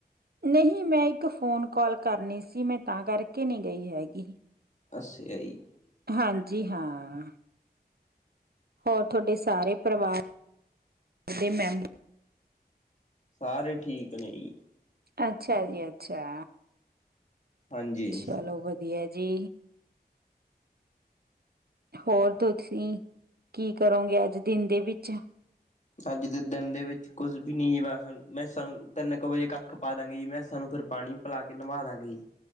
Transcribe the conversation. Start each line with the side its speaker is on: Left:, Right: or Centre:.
Right: ਨਹੀਂ, ਮੈਂ ਇੱਕ ਫੋਨ ਕੋਲ ਕਰਨੀ ਸੀ। ਮੈਂ ਤਾਂ ਕਰਕੇ ਨਹੀਂ ਗਈ ਹੈਗੀ।
Left: ਅਸ ਆਈ
Right: ਹਾਂਜੀ, ਹਾਂ। ਹੋਰ ਤੁਹਾਡੇ ਸਾਰੇ ਪਰਿਵਾਰ ਦੇ ਮੈਂਬਰ
Left: ਸਾਰੇ ਠੀਕ ਨੇ ਜੀ।
Right: ਅੱਛਾ ਜੀ, ਅੱਛਾ।
Left: ਹਾਂਜੀ
Right: ਚੱਲੋ ਵਧੀਆ ਜੀ। ਹੋਰ ਤੁਸੀਂ ਕੀ ਕਰੋਗੇ ਅੱਜ ਦਿਨ ਦੇ ਵਿੱਚ?
Left: ਅੱਜ ਦੇ ਦਿਨ ਦੇ ਵਿੱਚ ਕੁੱਝ ਵੀ ਨਹੀਂ ਬਸ ਮੈਂ ਸਾਨੂੰ ਤਿੰਨ ਕੁ ਵਜੇ ਕੱਖ ਪਾ ਦਾਂਗੇ ਜੀ ਮੈਂ ਸਾਨੂੰ ਫਿਰ ਪਾਣੀ ਲਾ ਕੇ ਨਿਭਾ ਦਾਂਗੇ ਜੀ।